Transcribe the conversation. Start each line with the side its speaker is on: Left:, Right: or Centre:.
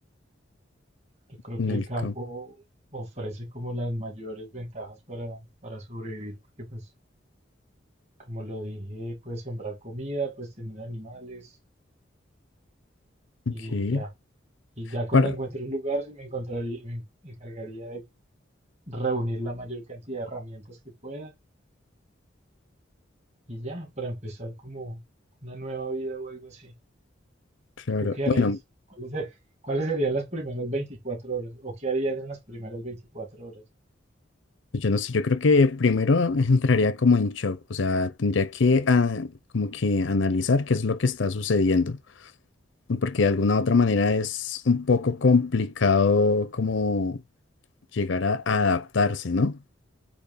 Right: Yo creo
Left: en
Right: que
Left: el
Right: el campo
Left: campo.
Right: ofrece como las mayores ventajas para, para sobrevivir, porque pues, como lo dije, puedes sembrar comida, puedes tener animales y
Left: Ok.
Right: ya. Y ya cuando
Left: Para,
Right: encuentre un lugar, me encontraría, me encargaría de reunir la mayor cantidad de herramientas que pueda y ya, para empezar como una nueva vida o algo así.
Left: claro.
Right: ¿Tú qué
Left: Bueno,
Right: harías? ¿Cuáles, se- cuáles serían las primeras 24 horas? ¿O qué harías en las primeras veinticuatro horas?
Left: Pues Yo no sé, yo creo que primero <laughs> entraría como en shock, o sea, tendría que ah, como que analizar qué es lo que está sucediendo, porque de alguna otra manera es un poco complicado como llegar a adaptarse, ¿no?